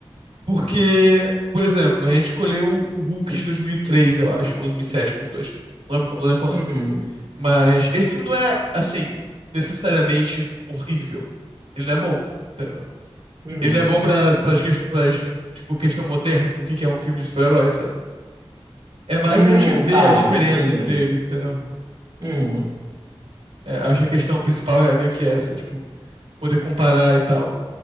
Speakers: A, on the right; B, on the right.
A: porque, por exemplo, a gente escolheu o Hulk de 2003, eu acho, ou 2007, um dos dois. Não lembro, qual- não lembro qual
B: Uhum,
A: é o nome. Mas esse filme não é, assim, necessariamente horrível. Ele não é bom, entendeu?
B: uhum.
A: Ele não é bom pra, pras, ques- pras, tipo, questão moderna do que que é um filme de super-herói, sabe? É mais
B: Hum,
A: pra gente ver
B: tá,
A: a diferença
B: entendi.
A: entre eles, entendeu?
B: Uhum.
A: É, acho que a questão principal é meio que essa, tipo, poder comparar e tal.